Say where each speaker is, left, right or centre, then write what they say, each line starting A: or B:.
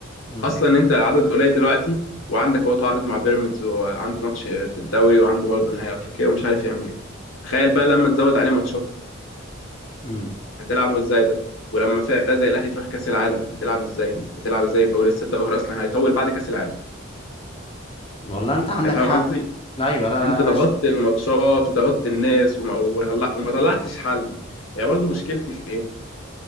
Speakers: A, on the left; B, on the left.
A: امم
B: اصلا انت عدد قليل دلوقتي وعندك اهو تعارض مع بيراميدز وعنده ماتش في الدوري وعنده برضه نهائي افريقيا ومش عارف يعمل ايه تخيل بقى لما تزود عليه ماتشات
A: امم
B: هتلعبه ازاي ده ولما فرقه زي الاهلي تروح كاس العالم هتلعب ازاي دي هتلعب ازاي بقى ولسه الدوري اصلا هيطول بعد كاس العالم
A: والله انت عندك
B: يعني فاهم
A: حق
B: قصدي
A: ايوه لا
B: انت
A: لا انا
B: ضغطت
A: ش...
B: الماتشات وضغطت الناس وما, وما طلع- وما طلعتش حل يعني برضو مشكلتي في إيه؟